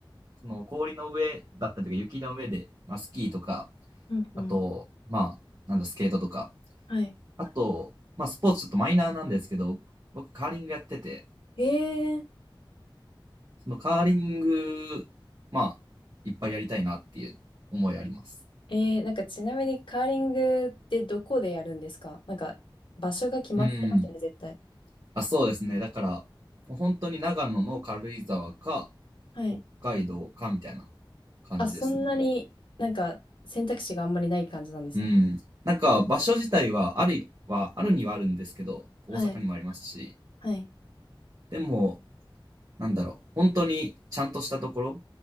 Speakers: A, on the right; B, on the left.
A: その氷の上だったりとか雪の上で、まあスキーとか、
B: うんうん。
A: あと、まあ、なんだ、スケートとか。
B: はい。
A: あと、まあスポーツちょっとマイナーなんですけど、僕カーリングやってて、
B: えー、
A: そのカーリング、まあ、いっぱいやりたいなっていう思いあります。
B: えー、なんかちなみにカーリングってどこでやるんですかなんか場所が決まってますよね、
A: うん。
B: 絶対。
A: あ、そうですね。だから、もう本当に長野の軽井沢か、
B: はい。
A: 北海道かみたいな感じですね。
B: あ、そんなになんか選択肢があんまりない感じなんですね。
A: うん。なんか、場所自体は、あるは、あるにはあるんですけど、大阪にもありますし、
B: はい。はい。
A: でも、なんだろう、本当にちゃんとしたところ、